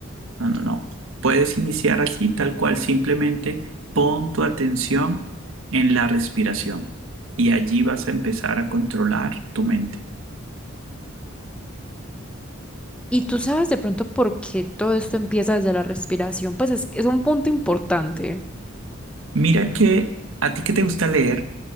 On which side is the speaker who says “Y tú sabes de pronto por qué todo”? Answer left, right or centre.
Centre